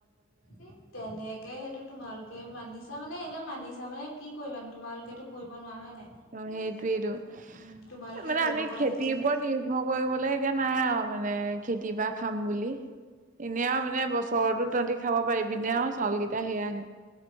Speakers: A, on the left; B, on the right.
A: এই তেনেকে সেইটো তোমালোকে মানিছ মানে এতিয়া মানিছা মানে কি কৰিবানো তোমালোকেতো কৰিব নোৱাৰা হয় নাই।
B: অ, সেইটোৱেইটো
A: উম, তোমালোকে
B: মানে
A: কৰিব
B: আমি
A: পৰা হলে
B: খেতিৰ
A: বেলেগ
B: ওপৰত
A: কথা
B: নিৰ্ভৰ কৰিবলৈ এতিয়া নাই আৰু মানে খেতি বা খাম বুলি। এনে আৰু মানে বছৰতো তহতি খাব পাৰিবিনে আৰু চাউল কেইটা সেয়াহে।